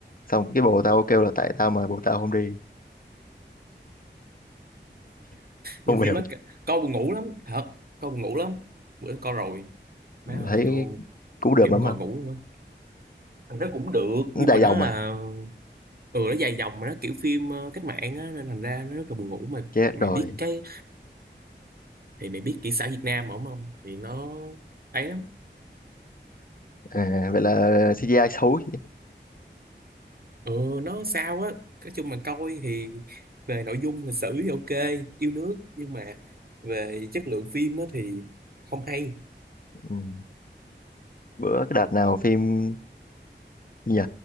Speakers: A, on the left; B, on the right.
A: xong cái bồ tao kêu là tại tao mà bồ tao không đi <laughs> không
B: nhiều phim
A: hiểu
B: mất coi buồn ngủ lắm thật coi buồn ngủ lắm bữa đó coi rồi má ơi
A: thấy
B: vô
A: cú đượm
B: kiểu
A: lắm
B: ngồi
A: không
B: ngủ luôn á Thằng đó cũng được
A: Nó
B: nhưng
A: dài
B: mà nó
A: dòng mà
B: là ừ nó dài dòng mà nó kiểu phim ờ, cách mạng á nên thành ra nó rất là buồn ngủ mà
A: chết
B: mày
A: rồi
B: biết cái thì mày biết kỹ xã Việt Nam mà không không thì nó ấy lắm
A: à, vậy là CGI xấu chứ
B: ừ nó sao á nói chung mà coi thì về nội dung lịch sử thì ok yêu nước nhưng mà về chất lượng phim á thì không hay
A: ừ. bữa cái đợt nào phim gì nhỉ